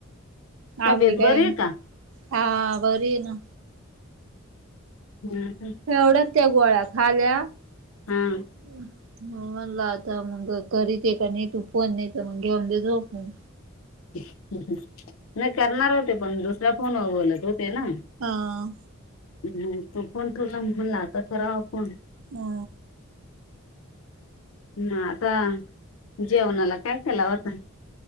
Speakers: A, on the left; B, on the right.
A: तब्येत
B: आपली काय.....
A: बरी आहे का
B: हा बरी आहे ना
A: हा.. हा..
B: एवढ्यात त्या गोळ्या खाल्या.
A: हा
B: मग म्हणला आता मग करीत का नाही तू फोन नाही तर मग घेऊन दे झोपून.
A: ह्म्म्.. ह्म्म्.. नाही करणार होते पण दुसऱ्या फोनवर बोलत होते ना.
B: हा..
A: ह्म्म्.. तो फोन ठुला अन म्हणल आता करावा फोन
B: हा..
A: ह्म्म्म... आता जेवणाला काय केला होता?